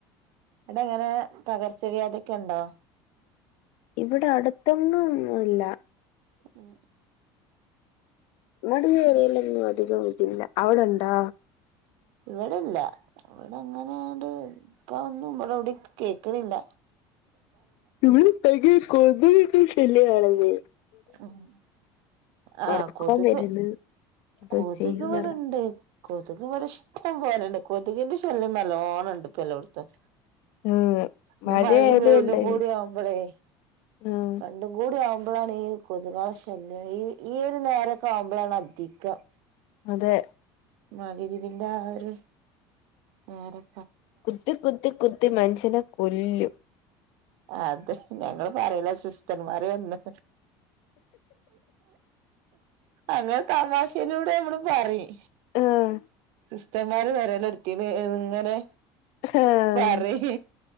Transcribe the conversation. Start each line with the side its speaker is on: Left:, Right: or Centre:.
Right: അടെ എങ്ങനെ പകർച്ചവ്യാധി ഒക്കെ ഉണ്ടോ
Left: ഇവിടെ അടുത്തൊന്നും ഒന്നുല്ല
Right: ഉം
Left: ങ്ങട് വെയിലൊന്നും അധികം ഇതില്ല അവടണ്ടാ
Right: ഇവടെല്ല ഇവടെ അങ്ങനെകട് ഇപ്പ ഒന്നും ഇവിടെവിടേം കേക്കണില്ല
Left: ഇവടെ ഭയങ്കര കൊതുന്റെ ശല്ല്യാണന്നെ
Right: ഉം ആഹ്
Left: ഒറക്കം
Right: കൊതുക്
Left: വരുന്ന് എന്തോ
Right: കൊതുക്
Left: ചെയ്യുന്നറ
Right: ഇവിടണ്ട് കൊതുക് ഇവിടെ ഇഷ്ടം പോലുണ്ട് കൊതുകിന്റെ ശല്യം നല്ലോണണ്ട് ഇപ്പൊല്ലോടുത്തും
Left: ഉം
Right: ഇ
Left: മഴയായത്
Right: മഴയും വെയിലും
Left: കൊണ്ടേ
Right: കൂടി ആവുമ്പളേ
Left: ഉം
Right: രണ്ടും കൂടി ആവു മ്പോഴാണ് ഈ കൊതുകളെ ശല്യം ഈ ഈ ഒരു നേരൊക്കെ ആവുമ്പോളാണ് അധികം
Left: അതെ
Right: മഗ്‌രിബിന്റെ ആ ഒരു നേരം
Left: കുത്തി കുത്തി കുത്തി മനുഷ്യനെ കൊല്ലും
Right: അതെ ഞങ്ങൾ പറയലാ സിസ്റ്റന്മാര് വന്ന് അങ്ങനെ തമാശയിലൂടെ നമ്മള് പറിം
Left: ആഹ്
Right: സിസ്റ്റർമാര് വരല് എടുത്തീണ്ങ്ങനെ
Left: ആഹ്
Right: പറയ്